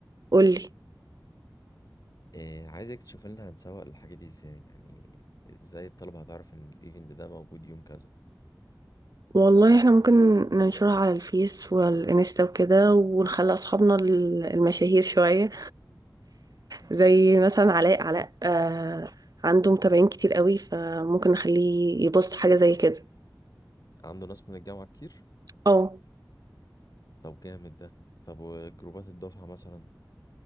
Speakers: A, on the right (about 55°); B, on the left (about 55°).
A: قولي
B: آه، عايزك تشوف لنا هنسوق الحاجه دي ازاي يعني ازاي الطلبه هتعرف ان الايفنت ده موجود يوم كذا
A: والله احنا ممكن ننشرها على الفيس والانستا وكده ونخلي اصحابنا ال- المشاهير شوية زي مثلا علاء علاء آه عنده متابعين كتير قوي فممكن نخليه يبوست حاجة زي كده
B: عنده ناس من الجامعه كتير
A: اه
B: طب جامد ده طب وجروبات الدفعه مثلا